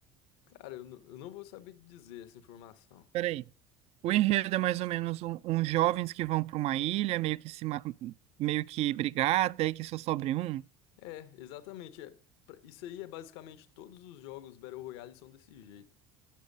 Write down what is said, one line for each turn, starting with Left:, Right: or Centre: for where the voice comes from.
Left: Cara, eu, não- eu não vou saber te dizer essa informação.
Right: Peraí. O enredo é mais ou menos um- uns jovens que vão para uma ilha, meio que se ma- meio que brigar, até que só sobre um.
Left: É, exatamente. é. Pra- Isso aí é basicamente todos os jogos Battle Royale são desse jeito.